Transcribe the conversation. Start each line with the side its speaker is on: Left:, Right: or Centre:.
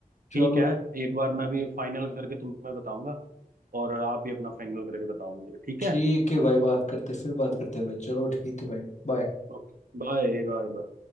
Left: चलो
Right: ठीक है एक बार मैं भी फाइनल करके तुम्हें बताऊंगा और आप भी अपना फाइनल करके बताओ मुझे ठीक
Left: ठीक
Right: है
Left: है भाई बात करते फिर बात
Right: ठीक
Left: करते हैं भाई चलो ठीक है भाई बाय
Right: ओके Bye bye